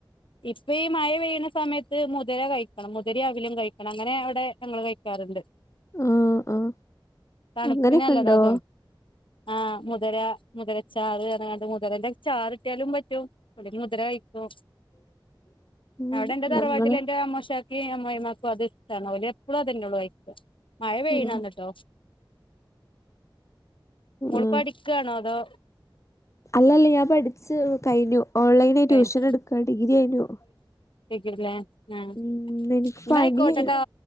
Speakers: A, on the left; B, on the left.
A: ഇപ്പ ഈ മഴ പെയ്യണ സമയ ത്ത് മുതിര കഴിക്കണം മുതിര, അവിലും, കഴിക്കണം അങ്ങനെ അവിടെ ഞങ്ങൾ കഴിക്കാറ്ണ്ട്.
B: ആഹ് ആഹ്
A: തണുപ്പിനല്ലതാതു
B: അങ്ങനെയൊക്കെ ഉണ്ടോ
A: ആ മുതിര മുതിര ചാറ് പർഞാണ്ട് മുതരന്റെ ചാർ ഇട്ടിയാലും പറ്റും. അല്ലെങ്കി മുതിര കയികു
B: <unintelligible> ആഹ്
A: അവിടെ എന്റെ തറവാട്ടിലെന്റെ
B: ഞങ്ങള്
A: അമ്മോശ ക്കെ അമ്മയിമാക്കും അത് ഇഷ്ടണ് അവര് എപ്പോഴും അതനോട് വൈകും മഴ പെയ്യണന്നട്ടോ
B: ആഹ്
A: മോൾപ്പടിക്കാണോ
B: ആഹ്
A: അതോ?
B: അല്ലല്ല ഞാൻ പഠിച്ചു കഴിഞ്ഞു ഓൺലൈനി
A: കഴിഞ്ഞ്
B: ട്യൂഷൻ എടുക്ക ഡിഗ്രി കഴിഞ്ഞു
A: കി ക്കില്ലേ ആഹ്
B: ഉം എനിക്ക്
A: എന്നയ്ക്കോട്ടേട്ടോ
B: പനിയായി